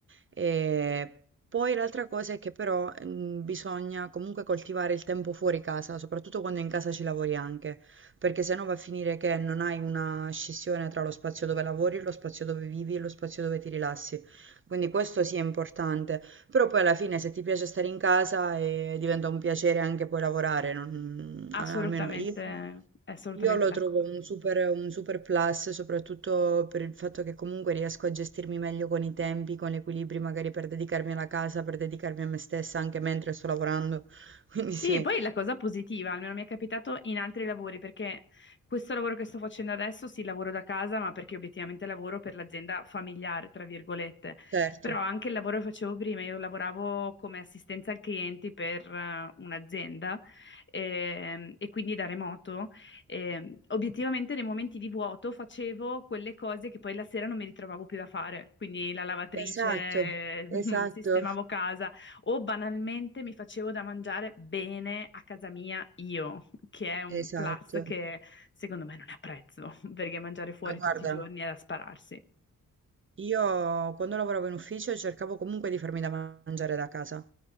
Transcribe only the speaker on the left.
Assolutamente,
assolutamente
d'accordo.
Sì, e poi la cosa positiva, almeno mi è capitato in altri lavori, perché questo lavoro che sto facendo adesso, sì, lavoro da casa, ma perché obiettivamente lavoro per l'azienda familiare, tra virgolette.
Però anche il lavoro che facevo prima, io lavoravo come assistenza al clienti per eh, un'azienda ehm, e quindi da remoto. Ehm, obiettivamente nei momenti di vuoto facevo quelle cose che poi la sera non mi ritrovavo più da fare, quindi la lavatrice,
<laughs> sistemavo casa o banalmente mi facevo da mangiare bene a casa mia io, che è un
plus che secondo me non apprezzo, <laughs> perché mangiare fuori
tutti i giorni è da spararsi.